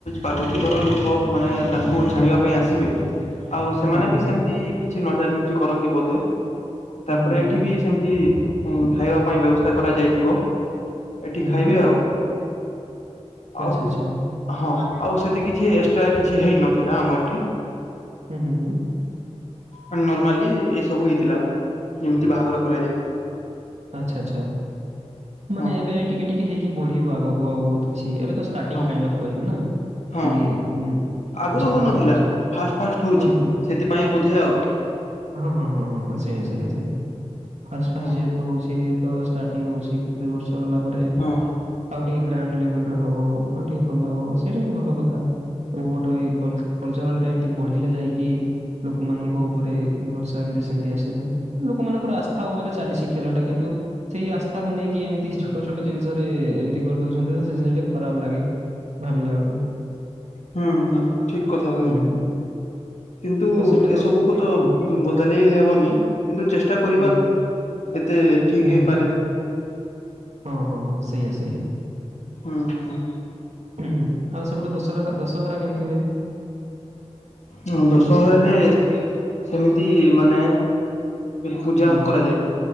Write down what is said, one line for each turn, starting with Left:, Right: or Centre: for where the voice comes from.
Left: ପାର୍ବତୀ ଘର ଲୋକମାନେ ତାଙ୍କୁ ଛାଡିବା ପାଇଁ ଆସିବେ।
Right: <inaudible>
Left: ଆଉ ସେମାନେ
Right: ହୁଁ,
Left: ବି ସେମିତି କିଛି ନଚାନୁଚି କରନ୍ତି ବୋଧେ
Right: ହୁଁ,
Left: ତାପରେ
Right: ହୁଁ, ହୁଁ, ହୁଁ,
Left: ଏଠି ବି ସେମତି ଖାଇବା ପାଇଁ ବ୍ୟବସ୍ଥା କରାଯାଇଥିବ ଏଠି
Right: ହୁଁ, ହୁଁ,
Left: ଖାଇବେ
Right: ହୁଁ
Left: ଆଉ।
Right: ଆଚ୍ଛା,
Left: ଆଉ
Right: ଆଚ୍ଛା,
Left: ହଁ ଆଉ ସେତ କିଛି ଏକ୍ସଟ୍ରା କିଛି ହେଇନଥିଲା ଆମ ଏଠି।
Right: ହୁଁ ହୁଁ।
Left: ହୁଁ ନର୍ମାଲି ଏଇସବୁ ହେଇଥିଲା ଆଉ ଯେମିତି ବାହାଘର କରାଯାଏ।
Right: ଆଚ୍ଛା ଆଛା ମାନେ
Left: ହଁ
Right: ଏବେ ଟିକେ ଟିକେ ହେଇକି ବଢିବ ଆଗକୁ ଆଉ ବହୁତ କିଛି ଏବେ ତ ଟିଙ୍ଗ
Left: ହଁ
Right: କାଇଣ୍ଡ ଅଫ୍ କହିବେ ନା।
Left: ହଁ
Right: କି ଉଁ,
Left: ଆଗରୁ
Right: ଜିନିଷଟା
Left: ହଉନଥିଲା
Right: ହଉଛି।
Left: ଫାଷ୍ଟ ଫାଷ୍ଟ ହଉଛି
Right: ହଁ, ହଁ।
Left: ସେଥିପାଇଁ ବୋଧେ ଆଉ।
Right: ହଁ ହଁ ହଁ ହଁ ହଁ ସେଇଆ ସେଇଆ ସେ ଆଶପା
Left: ହଁ
Right: ଯେ ହଉଛି ତ ଷ୍ଟାର୍ଟିଂ ହଉଚି କେତେ ବର୍ଷ ଗଲା ପରେ
Left: ହଁ
Right: ଆଉ ଟିକେ ଗ୍ରାଣ୍ଡ ଲେବଲ ର ହବ ଆଉ ଟିକେ ଭଲ ହବ ସେଇଟା ହିଁ ଭଲ କଥା। ସବୁ ପଟ ଏଇ କଲଚରାଲ ଟା ଏମତି ବଢିଲେ ଯାଇକି ଲୋକମାନଙ୍କ ଉପରେ ଘର୍ସା ଏମିତି ସେମତି ଆସିଥାଏ ଲୋକମାନଙ୍କ ଆସ୍ଥା ଉପରେ ଚାଲିଛି। ଖେଳ ଟା କିନ୍ତୁ ସେଇ ଆସ୍ଥାକୁ ନେଇକି ଏମିତି ଛୋଟ ଛୋଟ ଜିନିଷରେ ଏମିତି କରିଦଉଛନ୍ତି ସେ ଜିନିଷଟା। ଖରାପ ଲାଗେ ଭାବିଲା ବେଳକୁ
Left: ହୁଁ ହୁଁ ଠିକ କଥା ଭାଇ
Right: ହୁଁ ହୁଁ।
Left: କିନ୍ତୁ
Right: ତ ସେଇଠି ଦଶ
Left: ଏସବୁ କୁ ତ
Right: ହୁଁ
Left: ବଦଳେଇ ହେବନି କିନ୍ତୁ ଚେଷ୍ଟା କରିବା
Right: ହୁଁ
Left: ଏତେ ଠିକ
Right: ହୁଁ ହୁଁ
Left: ହେଇପାରେ।
Right: ହଁ ହଁ ହଁ ସେଇଆ ସେଇଆ।
Left: ହୁଁ ହୁଁ।
Right: ହଁଁ ଆଉ ସେପଟେ ଦଶରା ଦଶହରା କେମିତି ହୁଏ
Left: ହଁ
Right: ଆମର
Left: ଦଶହରାରେ
Right: ସେପଟ
Left: ସେମିତି ମାନେ ପୂଜା
Right: ହୁଁ
Left: କରାଯାଏ